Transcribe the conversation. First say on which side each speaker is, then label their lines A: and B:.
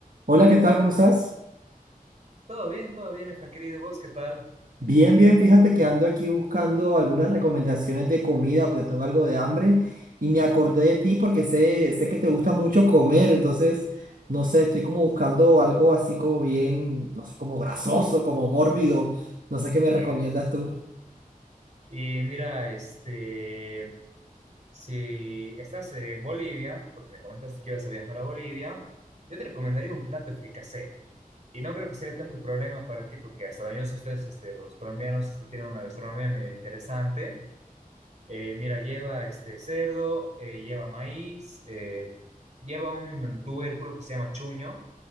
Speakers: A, on the right (about 65°); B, on the right (about 50°).
A: Hola, ¿qué tal? ¿Cómo estás?
B: Todo bien, todo bien, Efra, querido. ¿Vos qué tal?
A: Bien, bien, fíjate que ando aquí buscando algunas recomendaciones de comida porque tengo algo de hambre y me acordé de ti porque sé, sé que te gusta mucho comer, entonces, no sé, estoy como buscando algo así como bien, no sé, como grasoso, como mórbido, no sé qué me recomiendas
B: Bien, gracias.
A: tú.
B: Y mira, este, si estás en Bolivia, porque me comentaste que ibas a viajar a Bolivia, yo te recomendaría un plato de fricasé. Y no creo que sea tanto problema para ti, porque hasta donde yo sé, ustedes, este, los colombianos, este, tienen una gastronomía medio interesante. Eh, mira, lleva este cerdo, eh, lleva maíz, eh, lleva un tubérculo que se llama chuño.